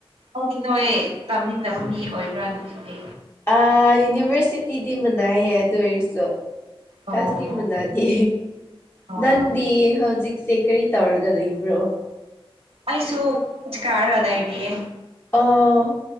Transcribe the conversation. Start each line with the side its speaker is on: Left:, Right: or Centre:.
Right: ꯑꯗꯨꯗꯤ ꯅꯣꯏ ꯇꯥꯃꯤꯟꯅꯕ ꯃꯤ ꯑꯣꯏꯕ꯭ꯔꯥ ꯅꯨꯃꯤꯅꯦ
Left: ꯑ ꯌꯨꯅꯤꯚꯔꯁꯤꯇꯤꯗꯤ ꯃꯅꯥꯏꯌꯦ ꯑꯗꯨ ꯑꯣꯏꯔꯁꯨ
Right: ꯑꯣ
Left: ꯑꯁꯇ
Right: ꯑꯣ
Left: ꯃꯅꯥꯗꯤ
Right: ꯑꯣ
Left: ꯅꯪꯗꯤ ꯍꯧꯖꯤꯛꯁꯦ ꯀꯔꯤ ꯇꯧꯔꯒ ꯂꯩꯕ꯭ꯔꯣ
Right: ꯑꯩꯁꯨ <unintelligible> ꯀꯥꯔꯒ ꯂꯏꯔꯤꯌꯦ
Left: ꯑꯣ